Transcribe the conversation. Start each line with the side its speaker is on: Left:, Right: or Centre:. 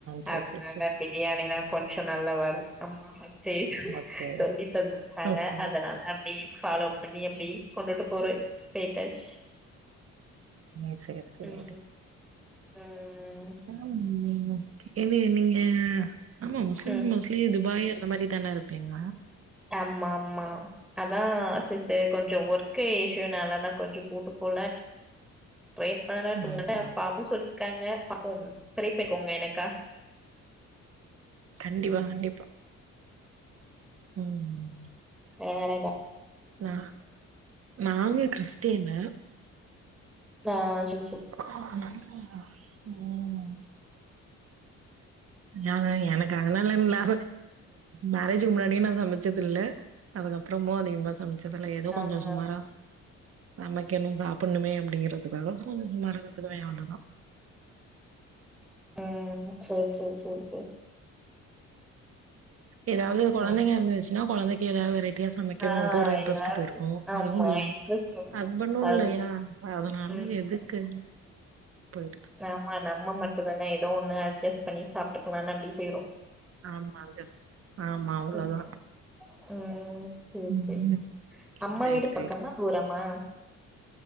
Right: சேரி
Centre: அதனால
Right: சேரி சேரி சேரி
Centre: பிரியாணினா கொஞ்சோ நல்லா வரும் அம்மா ஃபஸ்டே சொல்
Right: ஓகே.
Centre: சொல்லி தந்துருக்காங்க
Right: ஓ சேரி,
Centre: அதனால
Right: சேரி.
Centre: அப்டி ஃபாலோ பண்ணி அப்டி கொண்டுட்டு போற பேட்டாச்
Right: சேரி, சேரி, சேரி.
Centre: ம் ம் ம்
Right: மேம் நீங்க இது நீங்க ஆமா முஸ்லிம்
Centre: ம்
Right: மோஸ்லி இது பாய் அந்த மாரி தான இருப்பீங்க
Centre: ஆமா ஆமா அதா சிஸ்டர் கொஞ்சோ ஒர்க்கு இஷுனாலதா கொஞ்ச கூட்டு போல ப்ரே <inaudible>
Right: ம்.
Centre: பாப்போ சொல்லிருக்காங்க பாப்போம் ப்ரேபண்க்கோங்க எனக்
Right: கண்டிப்பா கண்டிப்பா ம்
Centre: வேறன்ன
Right: நா நானு கிறிஸ்டினு
Centre: ஆ சரி சரி
Right: ம் யாத எனக்கு அதனால இல்ல லா மேரேஜக்கு முன்னாடியே நா சமைச்சது இல்ல அதுக்கப்றமு அதிகமா சமைச்சதுல எதோ
Centre: ஆ
Right: கொஞ்சோ
Centre: ஆ
Right: சுமாரா சமைக்கணு சாப்புண்ணுமே அப்டிங்கறத்துக்காக கொஞ்சோ சுமாரா கத்துக்குவே அவ்ளதா
Centre: ம் சரி சரி சரி சரி
Right: எதாவது கொழந்தைங்க
Centre: ம்
Right: இருந்துச்சுன்னா கொழந்தைக்கு எதா வெரை ட்டியா சமைக்கணுன்டு
Centre: ஆ
Right: ஒரு இன்ட்ரெஸ்ட்
Centre: ஏதாவது
Right: போய்ருக்கு
Centre: ஆமா
Right: அதுவு இல்ல
Centre: இன்ட்ரெஸ்ட் வரும்
Right: ஹஸ்பண்டு
Centre: அது
Right: இல்லையா அதனால
Centre: ம்
Right: எதுக்கு
Centre: ம்
Right: போயிடுது
Centre: ஆமா நம்ம மட்டுதான எதோ ஒண்ணு அட்ஜஸ்ட் பண்ணி சாப்ட்டுக்கலானு அப்டி போய்ரு
Right: ஆமா அஜஸ் ஆமா அவ்ளோதா
Centre: ம் ம் சேரி
Right: ம்
Centre: சேரி அம்மா
Right: சேரி
Centre: வீடு பக்கமா
Right: சேரி
Centre: தூரமா